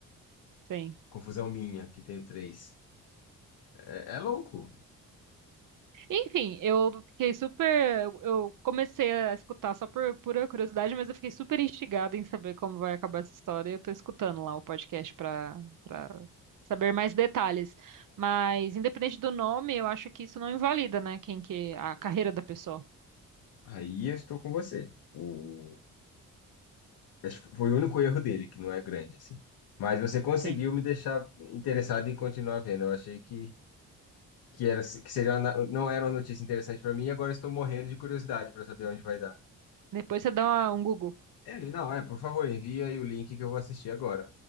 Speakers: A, on the right; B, on the left.
A: Sim.
B: Confusão minha, que tenho três. É, é louco.
A: Enfim, eu fiquei super. Eu eu comecei a escutar só por pura curiosidade, mas eu fiquei super instigada em saber como vai acabar essa história. e Eu tô escutando lá o podcast pra, pra saber mais detalhes. Mas, independente do nome, eu acho que isso não invalida, né? Quem que. A carreira da pessoa.
B: Aí eu estou com você. O... Acho que Foi o único erro dele, que não é grande, assim. Mas você conseguiu
A: Sim.
B: me deixar interessado em continuar vendo. Eu achei que que era que seria uma na- não era uma notícia interessante para mim, e agora estou morrendo de curiosidade para saber onde vai dar.
A: Depois você dá um Google.
B: É, não, é, por favor, envia aí o link que eu vou assistir agora.